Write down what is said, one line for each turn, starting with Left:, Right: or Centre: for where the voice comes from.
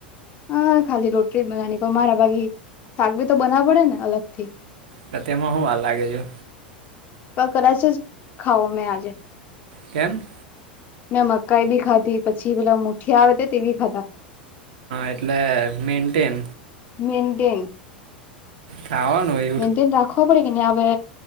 Left: હા ખાલી રોટલી જ બનાવની પણ મારા ભાગી શાક બી તો બનાવ પડે ને અલગ થી
Right: ત તેમાં હું વાર લાગે જો
Left: ત કદાચ જ ખાઓ મેં આજે
Right: કેમ?
Left: મેં મકાઈ બી ખાધી પછી પેલા મ ઠીયા આવેતે તેબી ખાધા
Right: એટલે મેન્ટેન
Left: મેનન્ટેન
Right: ખાવાનું હોય
Left: મેન્ટેન રાખવા પડે કે ની હવે